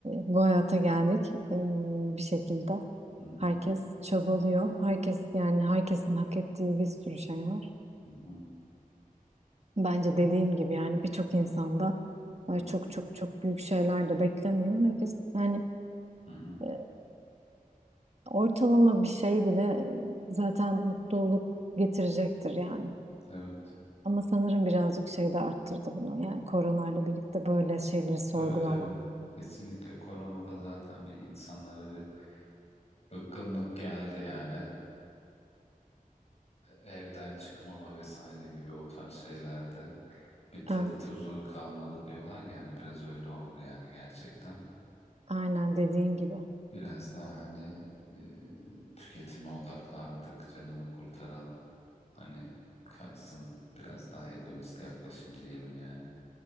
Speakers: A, on the right; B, on the left.
A: bu hayata geldik ee, bir şekilde.
B: Hı hı,
A: Herkes çabalıyor. Herkes yani herkesin hak ettiği bir sürü şey var.
B: hı hı,
A: Bence dediğim gibi yani birçok insanda ay
B: hı hı,
A: çok çok çok büyük şeyler de beklemiyor. Herkes yani
B: hı hı.
A: e, ortalama bir şey bile e, zaten mutluluk getirecektir yani.
B: Evet.
A: Ama sanırım birazcık şey de arttırdı bunu. Yani koronayla birlikte böyle şeyleri sorgulama.
B: Tabii evet. Kesinlikle koronada zaten bir insanlara bir bıkkınlık geldi yani. evden çıkmama vesaire gibi o tarz şeylerde bir tadı
A: Evet.
B: tuzu kalmadı diyorlar ya hani biraz öyle oldu yani gerçekten.
A: Aynen dediğin gibi.
B: Biraz daha hani e, tüketime odaklardık canını kurtaran hani kaçsın biraz daha hedonist yaklaşım diyelim yani.